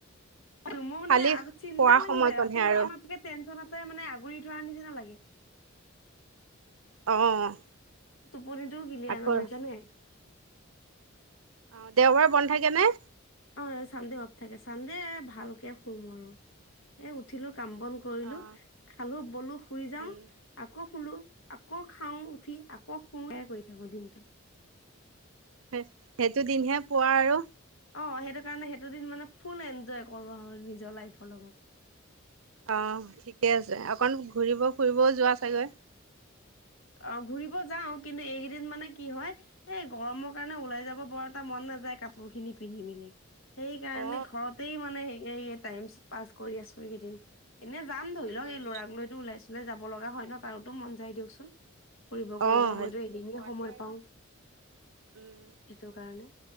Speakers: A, on the left; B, on the right.
A: মোৰ মানে
B: খালি
A: আগত চিন্তা
B: খোৱা
A: লাগি
B: সময়কণহে
A: যায়। ৰাতি
B: আৰু
A: শুৱা মাত্ৰকে টেনচনত চে মানে আগুৰি থোৱাৰ নিচিনা লাগে।
B: অ'।
A: মোৰ দিনটো কিলিয়াৰ
B: আকৌ
A: নহয় জানে?
B: অ', দেওবাৰে বন্ধ থাকে নে?
A: অ', চান্দে অফ থাকে। চান্দে ভালকে শুম আৰু এ, উঠিলোঁ কাম বন কৰিলোঁ
B: অ
A: খালো বলো শুই যাওঁ,
B: উম
A: আকৌ শুলোঁ আকৌ খাওঁ উঠি, আকৌ শুওঁ এয়া কৰি থাকোঁ দিনটো।
B: হে সেইটো দিনহে শুৱা আৰু।
A: অ', সেইটো কাৰণে সেইটো দিন মানে ফু'ল এনজয় কৰো আৰু নিজৰ লাইফৰ লগত।
B: অহ ঠিকে আছে। অকণ ঘূৰিব ফুৰিবও যোৱা চাগৈ।
A: অ', ঘুৰিব যাও কিন্তু এইকেইদিন মানে কি হয়, এই গৰমৰ কাৰণে ওলাই যাব বৰ এটা মত নাযায়, কাপোৰ খিনি পিন্ধি মেলি। সেইকাৰণে
B: অ
A: ঘৰতে মানে এ, টাইম পাছ কৰি আছোঁ এইকেইদিন। এনে যাম ধৰি
B: উম
A: ল এই ল'ৰাক লৈতো ওলাই চুলাই যাব লগা হয় ন'। তাৰোটো মন যায় দিয়কচোন। ফুৰিব কৰিব
B: অ সেইটো
A: মইতো এদিনহে
B: পোৱালি
A: সময়
B: আৰু
A: পাও,
B: উম
A: সেইটো কাৰণে।